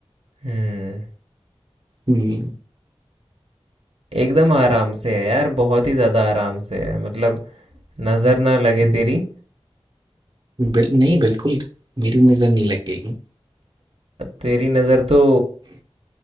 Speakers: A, on the right; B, on the right.
A: हम्म
B: हुँ,
A: एकदम आराम से है यार बहुत ही ज़्यादा आराम से है मतलब नज़र ना लगे
B: हुँ,
A: तेरी
B: बिल नहीं बिल्कुल, मेरी नज़र नहीं लगेगी,
A: तेरी नज़र तो